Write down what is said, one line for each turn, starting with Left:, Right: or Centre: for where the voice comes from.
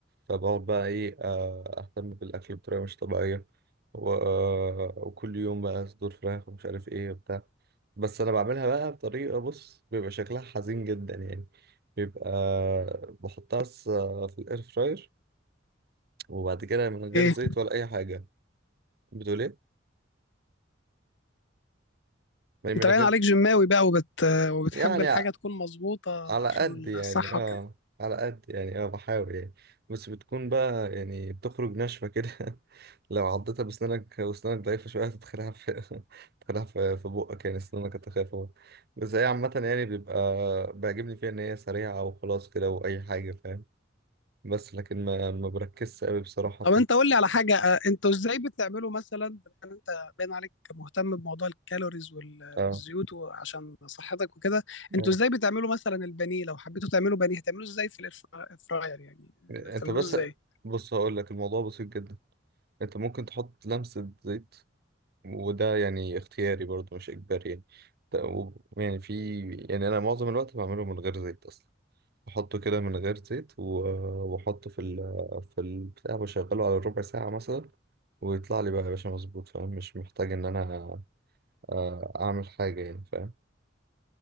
Right: فبقعد بقى ايه آه، اهتم بالاكل بطريقه مش طبيعيه و- آه، وكل يوم بقى صدور فراخ ومش عارف ايه وبتاع بس انا بعملها بقى بطريقه بص بيبقى شكلها حزين جدا يعني بيبقى بحطها بس آه، في الاير فراير وبعد كده من غير
Left: اوكي
Right: زيت ولا اي حاجه بتقول ايه يعني
Left: انت
Right: من
Left: باين
Right: غير
Left: عليك جماوي بقى وبت... وبتحب
Right: يعني
Left: الحاجه
Right: ع-
Left: تكون مظبوطه
Right: على
Left: عشان
Right: قد يعني
Left: الصحه
Right: اه
Left: وكده
Right: على قد يعني اه بحاول يعني بس بتكون بقى يعني بتخرج ناشفه كده <laughs> لو عضتها بسنانك وسنانك ضعيفه شويه هتدخلها في <laughs> تدخلها في في بقك يعني سنانك هتخاف بس هي عامه يعني بيبقى بيعجبني فيها ان هي سريعه وخلاص كده واي حاجه فاهم بس لكن ما ما بركزش قوي بصراحه
Left: طب
Right: في
Left: انت
Right: ال...
Left: قول لي على حاجه اه، انتوا ازاي بتعملوا مثلا يعني انت باين عليك مهتم بموضوع الكالوريز وال...
Right: اه
Left: والزيوت و- عشان صحتك وكده انتوا
Right: آه.
Left: ازاي بتعملوا مثلا البانيه لو حبيتوا تعملوا بانيه هتعملوه ازاي في الاير فراير يعني
Right: انت
Left: بتعملوه
Right: بس
Left: ازاي
Right: بص هقول لك الموضوع بسيط جدا انت ممكن تحط لمسة زيت وده يعني اختياري برضه مش اجباري يعني ت- و- يعني في يعني انا معظم الوقت بعمله من غير زيت اصلا بحطه كده من غير زيت و- واحطه في ال في البتاع بشغله على ربع ساعة مثلا ويطلع لي بقى يا باشا مظبوط فاهم مش محتاج ان انا آه، اعمل حاجة يعني فاهم